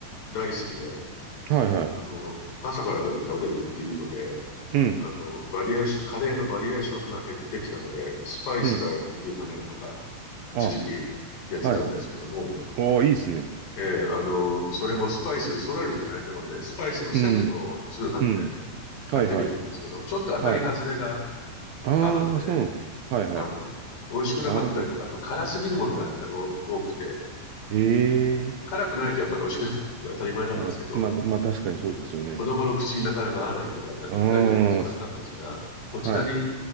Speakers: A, on the left (about 65°); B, on the right (about 65°).
A: 大好きで、
B: はいはい。
A: あの、朝からでも食べれるっていうので、
B: うん、
A: あの、バリエーション、カレーのバリエーションが減ってきたので、スパイスからやってみようかなとか、
B: うん。
A: 一時期やってたんですけども、
B: あ、はい。おー、いいっすね。
A: ええ、あの、それもスパイス、揃えると大変なので、スパイスのセットを通販で
B: うん、うん。
A: 買ってみたんですけど、
B: はいはい。
A: ちょっと当たり外れが
B: はい。ああ、
A: あるので、
B: そうなの。はいはい。
A: はい。美味しくなかったりとか、
B: ああ、
A: あと辛すぎるものがやっぱり多多くて、
B: ええ
A: 辛くないとやっぱり美味しくないのは当たり前なんですけど、
B: まあ、まあ、まあ、確かにそうですよね。
A: 子供の口になかなか合わないとかあったり、
B: ああ、
A: 一回やめてしまったんですが、
B: すはい。
A: こちらに、